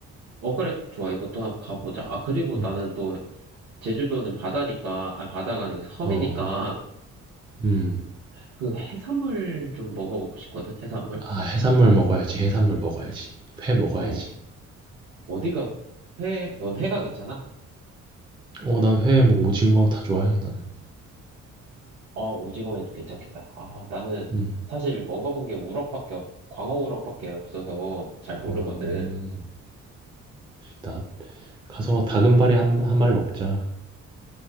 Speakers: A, on the right; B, on the right.
A: 어, 그래, 좋아. 이것도 한번 가보자. 아, 그리고
B: 음,
A: 나는 또, 제주도는 바다니까, 아, 바다가 아니고 섬이니까,
B: 어, 음.
A: 그 해산물 좀 먹어보고 싶거든, 해산물?
B: 아 해산물 먹어야지. 해산물 먹어야지. 회 먹어야지.
A: 어, 어디가, 해, 넌 해가 괜찮아?
B: 어, 난 회, 뭐 오징어 다 좋아해 나는.
A: 아, 오징어에도 괜찮겠다. 아, 나는
B: 음,
A: 사실 먹어본 게 우럭밖에, 광어 우럭밖에 없어서 잘 모르거든.
B: 음, 나 가서 다금바리 한, 한 마리 먹자.